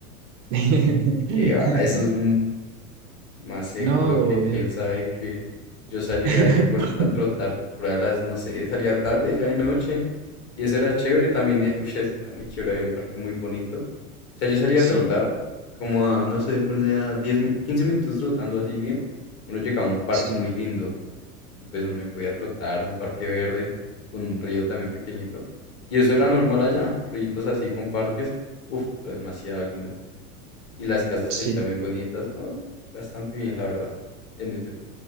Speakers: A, on the right (about 50°); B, on the left (about 30°).
A: <laughs>
B: Que va, eso es, más seguro
A: No,
B: que
A: obvio.
B: quién sabe que yo salía
A: <laughs>
B: ahí por, a trotar por a las, no sé, salía tarde, ya de noche. Y eso era chévere también. eh, ush, es que era muy chévere, había un parque muy bonito. O sea, yo salía
A: Sí,
B: a trotar, como a, no sé, ponle a diez mi- 15 minutos trotando así bien. Uno llegaba a un parque
A: sí,
B: muy lindo. Y pues uno ahí podía trotar, un parque verde, con un río también pequeñito. Y eso era normal allá, ríos así con parques. Uf, pero demasiado lindo. Y las casas
A: sí.
B: eh, también bonitas, ¿no? Bastante bien, la verdad. En ese,